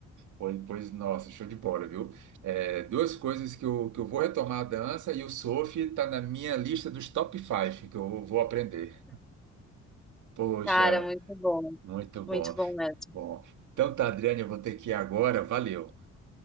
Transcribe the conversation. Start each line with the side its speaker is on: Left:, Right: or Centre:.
Right: pois, pois, nossa, show de bola, viu? É, duas coisas que eu, que eu vou retomar a dança e o surf está na minha lista dos top 5 que eu vou aprender. Poxa,
Centre: Cara, muito bom.
Right: muito bom.
Centre: Muito bom mesmo.
Right: Bom, então tá, Adriane, eu vou ter que ir agora. Valeu.